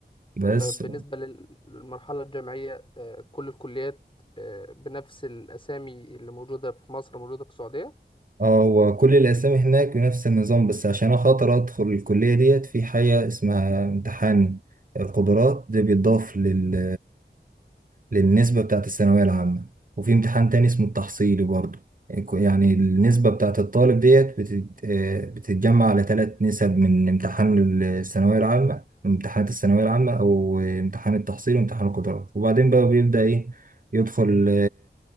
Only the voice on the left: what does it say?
طيب بالنسبة لل- للمرحلة الجامعية آه، كل الكليات آه، بنفس الأسامي اللي موجودة في مصر موجودة في السعودية